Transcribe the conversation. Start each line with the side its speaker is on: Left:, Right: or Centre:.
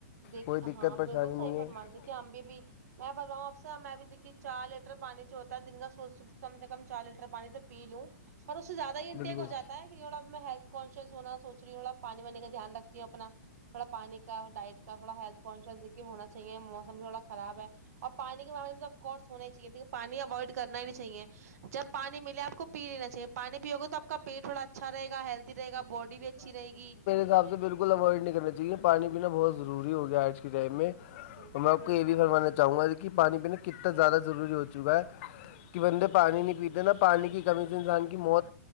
Right: دیکھیے
Left: کوئی دقت
Right: ہاں
Left: پریشانی
Right: بالکل
Left: نہیں
Right: صحی فرما
Left: ہے
Right: دیکھیے آمب بھی میں بتا رہ ہوں آپ سے میں بھی دیکھی چار لیٹر پانی جو ہوتا ہے دن کا سوچ سک کم سے کم چار لیٹر پانی ت <unintelligible> پی لوں پر اس سے زیادہ ہی انٹیک
Left: بالکل
Right: ہو جاتا ہے <unintelligible> تھوڑا میں ہیلتھانشیس ہونا سوچ رہی ہوں تھوا پانی وانی کا دھیان رکھتی ہوں اپنا تھوڑا پانی کا ڈائٹ کا تھوڑا ہیتھی د ہونا چاہی مسم بھی تھوڑا خراب ہے اور پانی کے بابے میں تو اف کورس ہونا ہی چاہیے لیکن پانی اوائڈ کرنا ہی چاہیے <unintelligible> جب پانی ملے آپ کو پی لینا چاہیے پانی پیو گے توپ کا پیٹ تھوڑا اچھا رہےا ہیلدی رہےا باڈی بھی اچھی رہےی
Left: ساب سے بالکل اوائڈ نہیں کرنا چاہیے پانی پینا بہت ضروری
Right: جی جی
Left: ہو گ آج کے ٹائم میں
Right: بالکل
Left: اور میں آپ
Right: بالکل
Left: کو یہ بھی فرمانا چاہوں گا کہ پانی پینے کتنا زیادہ ضروری ہو چکا ہے <unintelligible> کہ بندے پانی نہیں پیتے نا پانی کی کمی سے انسان کی موت